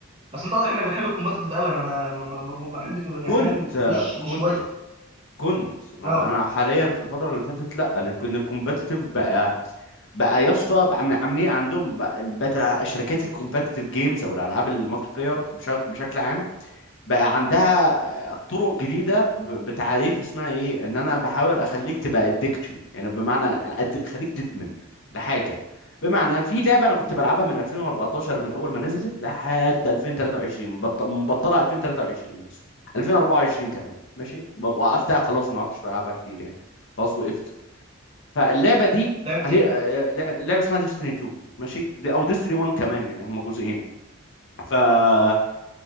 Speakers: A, on the right (about 30°); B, on the left (about 60°).
A: بس انت واضح انك بتحب الكومباتيتيف قوي انا ما ما ما ما- ما بحب ما-
B: كنت
A: يعني فاهم مش
B: كنت
A: مش هوايتي
B: كنت ما
A: اه
B: انا حاليا في الفتره اللي فاتت لا لان الكومبتيتيف بقى بقى يا اسطى بقى عامل- عاملين عندهم بقى بقت الع- شركات الكومبتيتيف جيمز او الالعاب المالتي بلاير بشا- بشكل عام بقى عندها آه، طرق جديده ب- بتعريف اسمها ايه ان انا بحاول اخليك تبقى ادكشن يعني بمعنى أد... خليك تدمن لحاجه بمعنى في لعبه انا كنت بلعبها من 2014 من اول ما نزلت لحد 2023 بط... مبطلها 2023 يا اسطى 2024 كمان ماشي ب- وقفتها خلاص ما عدتش بلعبها كتير يعني خلاص وقفت فاللعبه دي
A: لعبه
B: عليه
A: ايه
B: آه، لعبه اسمها ديستني 2 ماشي دي او ديستني 1 كمان يعني هما جزئين فاللعبه